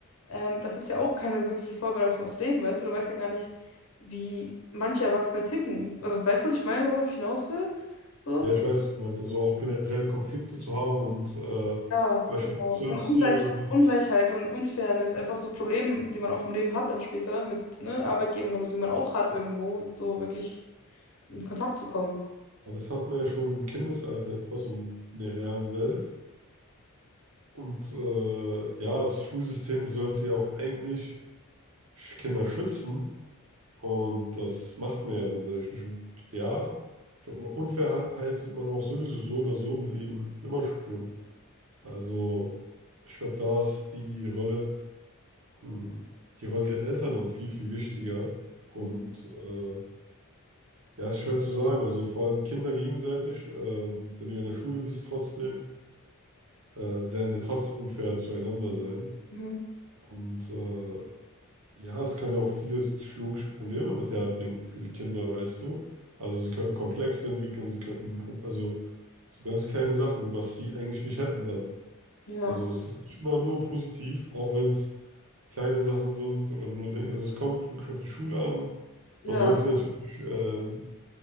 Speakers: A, on the left (about 70°); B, on the right (about 70°).
A: Ähm, das ist ja auch keine wirkliche Vorbereitung aufs Leben, weißt du, du weißt ja gar nicht, wie manche Erwachsene ticken. Also, weißt du, was ich meine, worauf ich hinaus will? So.
B: Ja, ich weiß, was du meinst, also auch generell Konflikte zu haben und äh,
A: Ja,
B: Beispielsweise
A: genau. Und
B: sollst
A: Ungleich
B: du ja die
A: Ungleichheit und Unfairness, einfach so Probleme, die man auch im Leben hat dann später mit ne, Arbeitgebern oder so, die man auch hat irgendwo, so wirklich in Kontakt zu kommen.
B: Aber das hat man ja schon im Kindesalter etwas und in der realen Welt. Und äh, ja, das Schulsystem sollte ja auch eigentlich Sch- Kinder schützen. Und das macht man ja dann dadurch nicht. Und ja, ich glaube, Unfairheit wird man auch sowieso so oder so im Leben immer spüren. Also, ich glaube, da ist die Rolle, hm, die Rolle der Eltern dann viel, viel wichtiger. Und
A: Mhm.
B: äh, ja, ist schwer zu sagen. Also vor allem Kinder gegenseitig, ähm, wenn du ja in der Schule bist trotzdem. äh, werden ja trotzdem unfair zueinander sein.
A: Mhm.
B: Und äh, ja, es kann ja auch viele psychologische Probleme mit herbringen für die Kinder, weißt du. Also sie könnten Komplexe entwickeln, sie könnten, Pro- also so ganz kleine Sachen, was sie eigentlich nicht hätten dann.
A: Ja,
B: Also es ist nicht immer nur positiv, auch wenn es kleine Sachen sind oder nur, Dinge- also es kommt wirklich auf die Schule an.
A: ja,
B: Man sollte natürlich, ähm,